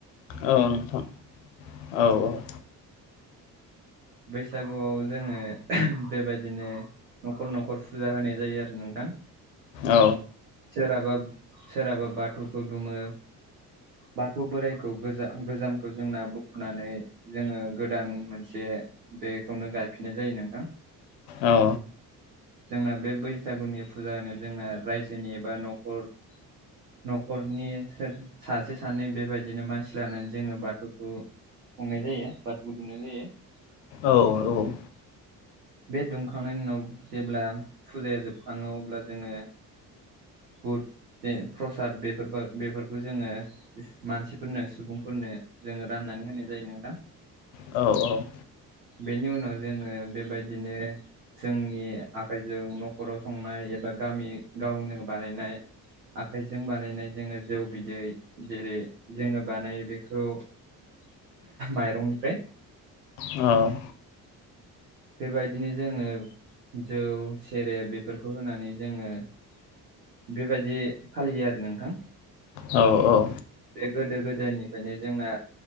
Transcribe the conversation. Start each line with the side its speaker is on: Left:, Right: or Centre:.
Left: औ नोंथां औ औ
Right: बैसागुआव जोङो बेबायदिनो न'खर न'खर फुजा होनाय जायो आरो नोंथां
Left: औ
Right: सोरहाबा सोरहाबा बाथौखौ दुुमो बाथौ बोराइखौ गोजा गोजामखौ जोंना बु फुनानै जोङो गोदान मोनसे बेखौनो गायफिननाय जायो नोंथां
Left: औ
Right: जोंना बे बैसागुनि फुजा होनायाव जोंना रायजोनि एबा न'खर न'खरनि सोर सासे सानै बेबायदिनो मानसि लानानै जोङो बाथौखौ संनाय जायो बाथौबो दुमनाय जायो
Left: औ औ
Right: बे दुमखांनायनि उनाव जेब्ला फुजाया जोबखाङो अब्ला जोङो बुद जे प्रसाद बेफोर बेफोरखौ जोङो मानसिफोरनो सुबुंफोरनो जोङो रान नानै होनाय जायो नोंथां
Left: औ औ
Right: बेनि उनाव जोङो बेबायदिनो जोंनि आखाइजों न'खराव संनाय एबा गामि गावनो बानायनाय आखाइजों बानायनाय जोङो जौ बिदै जेरै जोङो बानायो बेखौ माइरंनिफ्राय
Left: औ
Right: बेबायदिनो जोङो जौ सेरेब बेफोरखौ होनानै जोङो बेबायदि फालियो आरो नोंथां
Left: औ औ औ
Right: बे गोदो गोदायनिफ्रायनो जोंना